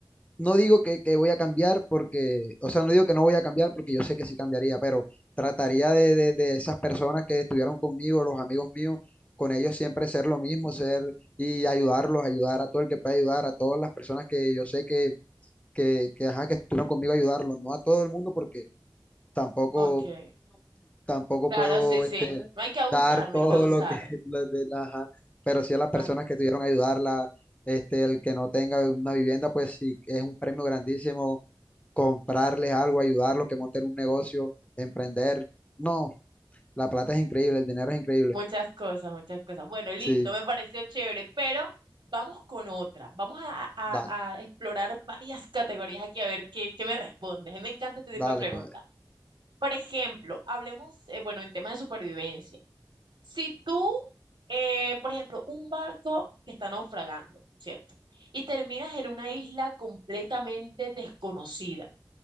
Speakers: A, on the left (about 15°); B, on the right (about 70°).
A: no digo que, que voy a cambiar porque, o sea, no digo que no voy a cambiar porque yo sé que sí cambiaría, pero trataría de, de, de esas personas que estuvieron conmigo, los amigos míos, con ellos siempre ser lo mismo, ser y ayudarlos, ayudar a todo el que pueda ayudar, a todas las personas que yo sé que, que, que, ajá, que estuvieron conmigo, ayudarlos, no a todo el mundo porque tampoco
B: Ok,
A: tampoco
B: claro,
A: puedo
B: sí, sí.
A: este,
B: No hay que abusar,
A: dar
B: no
A: todo
B: hay que abusar.
A: lo que, <laughs> lo de- ajá, pero sí a las
B: No
A: personas
B: hay...
A: que tuvieron que ayudarla, este, el que no tenga una vivienda, pues sí, es un premio grandísimo comprarles algo, ayudarlos, que monten un negocio, emprender. No, la plata es increíble, el dinero es increíble.
B: Muchas cosas, muchas cosas. Bueno, listo,
A: Sí,
B: me pareció chévere, pero vamos con otra. Vamos a, a-
A: dale,
B: a explorar varias categorías aquí a ver qué, qué me respondes. A mí me encanta este tipo
A: dale,
B: de preguntas.
A: padre.
B: Por ejemplo, hablemos, eh, bueno, en temas de supervivencia. Si tú, eh, por ejemplo, un barco que está naufragando, ¿cierto? Y terminas en una isla completamente desconocida.